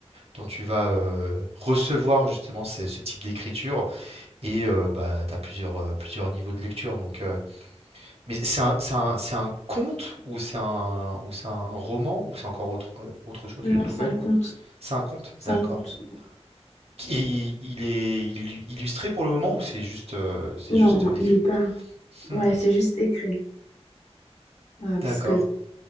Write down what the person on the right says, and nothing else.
dont tu vas euh, recevoir justement ces- ce type d'écriture et euh, bah t'as plusieurs euh, plusieurs niveaux de lecture. Donc, euh, mais c'est un c'est un, c'est un conte ou c'est un ou c'est un roman ou c'est encore autre euh, autre chose,
une nouvelle
ou c'est un conte,
d'accord.
Qui- Il, est, il est illu- illustré pour le moment ou c'est juste euh, c'est
juste écrit?
Hmm,
d'accord.